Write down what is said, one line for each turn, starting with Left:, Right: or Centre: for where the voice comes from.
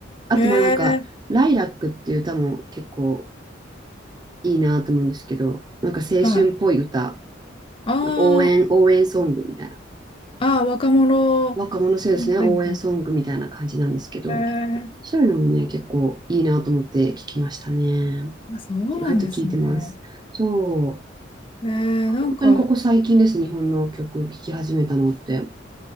Right: あと、
Left: うんへえ、
Right: まあなんか、ライラックっていう歌も結構いいなと思うんですけど、なんか青春っぽい歌、
Left: はい。あ
Right: 応援、応援ソングみたいな。
Left: あ、ああ、若者、
Right: 若者世代ですね、
Left: みたいな。
Right: 応援ソングみたいな感じなんですけど、
Left: へえ、
Right: そういうのもね、結構いいなと思って聞きましたね。
Left: あ、そうなんですね。
Right: 割と聞いてます。そ
Left: へえ、なんか、
Right: う。本当にここ最近ですね、日本の曲聴き始めたのって。